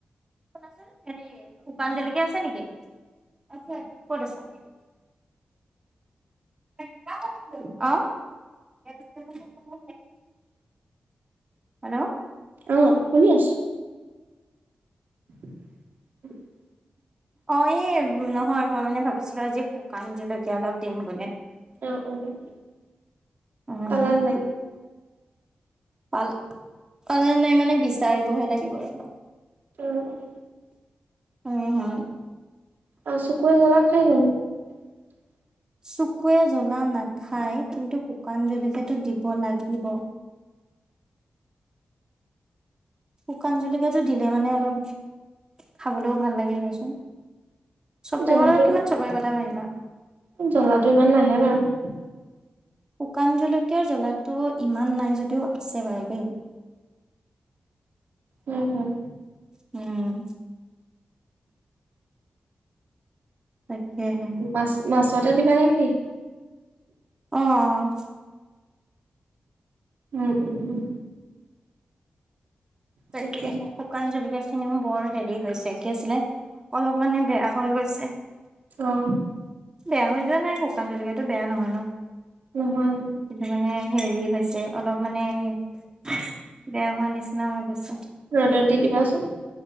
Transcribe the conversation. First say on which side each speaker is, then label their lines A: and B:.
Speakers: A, on the right (about 20°); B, on the right (about 80°).
A: শুনাচোন, হেৰি শুকান জলকীয়া আছে নেকি, আছে, ক'ত আছে।
B: <inaudible>
A: <unintelligible> অ', <unintelligible> হেল্ল'।
B: অ', শুনি আছোঁ। <inaudible>
A: অ', এই নহয় মই মানে ভাবিছিলো আজি শুকান জলকীয়া অলপ দিম বুলি।
B: অ', অ',
A: উম।
B: পালা নাই।
A: পাল, পালা নাই মানে বিচাৰিবহে লাগিব আৰু।
B: উম, উম।
A: উম, হম।
B: আৰু চুকুৱে জলা খাই জানো। <inaudible>
A: চুকুৱে জ্বলা নাখাই, কিন্তু শুকান জলকীয়াটো দিব লাগিব। শুকান জলকীয়াটো দিলে মানে অলপ, খাবলেও ভাল লাগে দিয়াচোন। চব
B: জ্বলাটো
A: টাইমতে কিমান চবৰে কথা ভাবিবা।
B: জ্বলাটো ইমান নাহে বাৰু।
A: শুকান জলকীয়াৰ জ্বলাটো ইমান নাই যদিও আছে বাৰু দেই।
B: উম, উম।
A: উম। তাকেহে।
B: মাছ মাছতে দিবা নে কি।
A: অ', অ', অ'।
B: উম, উম।
A: তাকেহে।
B: তাকে
A: শুকান জলকীয়াখিনিও বৰ হেৰি হৈছে কি আছিলে, অলপ মানে বেয়া হৈ গৈছে।
B: অ'।
A: বেয়া হৈ যোৱা নাই শুকান জলকীয়াটো, বেয়া নহয় ন।
B: নহয়।
A: কিন্তু মানে হেৰি হৈছে, অলপ মানে বেয়া হোৱা নিচিনা হৈ গৈছে।
B: ৰ'দত দি দিবাচোন।